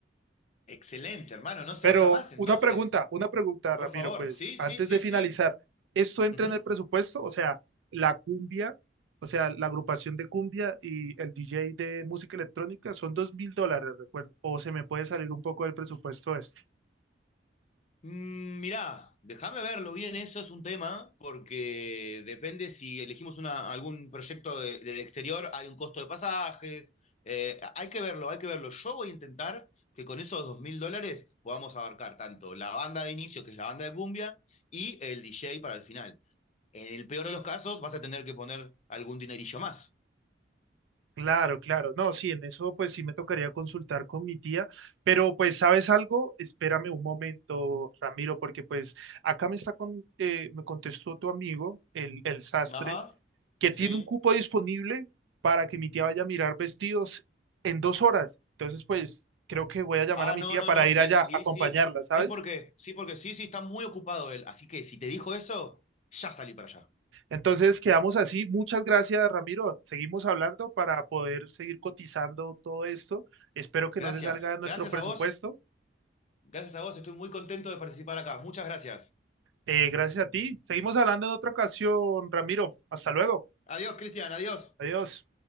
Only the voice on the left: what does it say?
Excelente, hermano, no se
habla más entonces.
Por
favor,
sí,
sí, sí,
sí.
Ujú.
Mm, Mirá, déjame verlo bien, eso es un tema, porque depende si elegimos una, algún proyecto de- del exterior, hay un costo de pasajes, eh, hay que verlo, hay que verlo. Yo voy a intentar que con esos dos mil dólares podamos abarcar tanto la banda de inicio, que es la banda de cumbia, y el DJ para el final. En el peor de los casos, vas a tener que poner algún dinerillo más.
Ajá,
sí.
Ah,
no,
no,
no,
sí,
sí,
sí.
Sí, porque, sí, porque sí, sí, está muy ocupado él. Así que si te dijo eso, ya salí para allá.
Gracias.
Gracias
a vos. Gracias a vos. Estoy muy contento de participar acá. Muchas gracias.
Adiós, Cristian. Adiós.